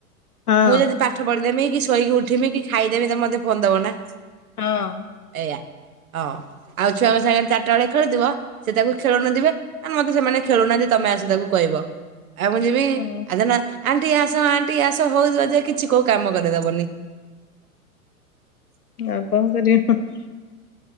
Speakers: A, on the left; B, on the right.
A: ହଁ
B: ମୁଁ ଯଦି ପାଠ ପଢିଦେମି କି ଶୋଇକି ଉଠିମି କି ଖାଇଦେମି ତ ମତେ ଫୋନ ଦବ ନା।
A: ହଁ।
B: ଏଇଆ ହଁ, ଆଉ ଛୁଆଙ୍କ ସାଙ୍ଗରେ ଚାରିଟା ବେଳେ ଖେଳୁଥିବ ସେ ତାକୁ ଖେଳଉନଥିବେ ମତେ ସେମାନେ ଖେଳଉନାହାନ୍ତି ତମେ ଆସି ତାକୁ କହିବ। ଆଉ ମୁଁ ଯିବି
A: ହଁ
B: ଆ ଧନ ଆଣ୍ଟି ଆସ ଆଣ୍ଟି ଆସ ହୋଉଥିବ ଯେ କିଛି କୋଉ କାମ କରେଇଦବନି।
A: ଆଉ କଣ କରିବ ହଁ